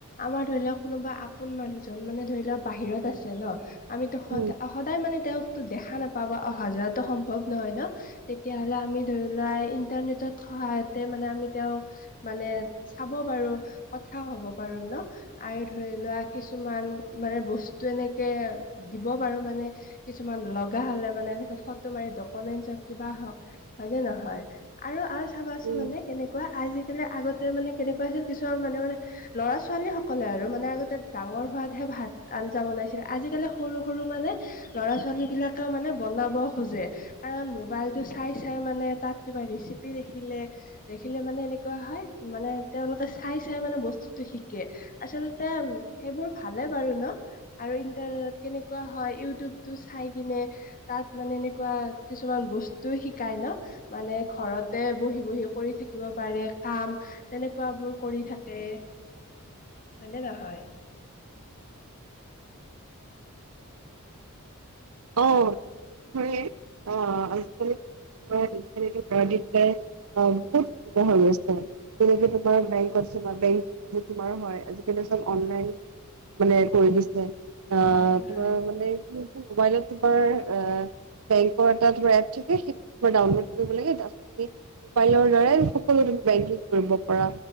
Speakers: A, on the left; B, on the right.
A: আমাৰ ধৰি লোৱা কোনোবা আপোন মানুহজন মানে ধৰি লোৱা বাহিৰত আছে ন, আমিতো সদ
B: উম
A: সদায় মানে, তেওঁকটো দেখা নাপাওঁ বা অহা-যোৱাটো সম্ভৱ নহয় ন। তেতিয়া হ'লে আমি ধৰি লোৱা, ইণ্টাৰনেটত সহায়তে মানে আমি তেওঁ মানে চাব পাৰোঁ, কথা হ'ব পাৰোঁ ন। আৰু ধৰি লোৱা, কিছুমান মানে বস্তু এনেকে দিব পাৰোঁ মানে। কিছুমান লগা হ'লে মানে, এনেকে ফটো মাৰি ডক কমেণ্টছ হওঁক, কিবা হওঁক হয়নে নহয়। আৰু আৰু চাবাচোন
B: উম
A: মানে কেনেকুৱা, আজিকালি আগতে মানে কেনেকুৱা আছিল, কিছুমান মানুহে মানে ল'ৰা-ছোৱালী সকলে আৰু, মানে আগতে ডাঙৰ হোৱাতহে ভাত-আঞ্জা বনাইছিল। আজিকালি সৰু-সৰু মানে ল'ৰা-ছোৱালী বিলাকেও মানে বনাব খোঁজে। কাৰণ, মোবাইলটো চাই, চাই মানে তাত কিবা ৰেচিপি দেখিলে দেখিলে মানে এনেকুৱা হয়, মানে তেওঁলোকে চাই, চাই মানে বস্তুটো শিকে। আচলতে সেইবোৰ ভালে বাৰু ন। আৰু ইণ্টাৰনেটত কেনেকুৱা হয়, ইউটিউবটো চাইকিনে তাত মানে এনেকুৱা কিছুমান বস্তু শিকাই ন। মানে ঘৰতে বহি, বহি কৰি থাকিব পাৰে কাম। তেনেকুৱা বোৰ কৰি থাকে, হয়নে নহয়।
B: <unintelligible> <unintelligible> <unintelligible> বেংকত যাবা, বেংক <unintelligible> তোমৰ হয় আজিকালি চব অনলাইন মানে কৰি দিছে, আহ
A: হয় হয়
B: তোমাৰ মানে কি <unintelligible> মোবাইলত তোমাৰ এ বেংকৰ এটা ধৰা এপ থাকে, সেইটো তোমাৰ ডাউনলোড কৰিব লাগে। তাৰপিছত মোবাইলৰ দ্বাৰ সকলোতে বেংকিং কৰিব পাৰা।